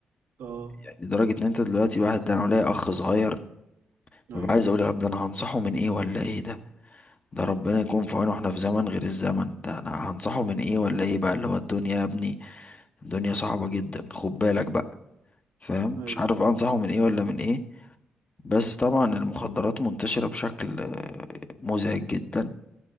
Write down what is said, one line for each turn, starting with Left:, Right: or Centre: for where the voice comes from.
Right: اه
Left: يعني لدرجة ان انت دلوقتي الواحد ده انا ليا اخ صغير
Right: ايوه
Left: ببقى عايز اقول يا رب ده انا هنصحه من ايه ولا ايه ده ده ربنا يكون في عونه احنا في زمن غير الزمن ده انا هنصحه من ايه ولا ايه بقى اللي هو الدنيا يا ابني الدنيا صعبة جدا خد بالك بقى فاهم
Right: ايوه
Left: مش عارف بقى انصحه من ايه ولا من ايه بس طبعا المخدرات منتشرة بشكل آه، مزعج جدا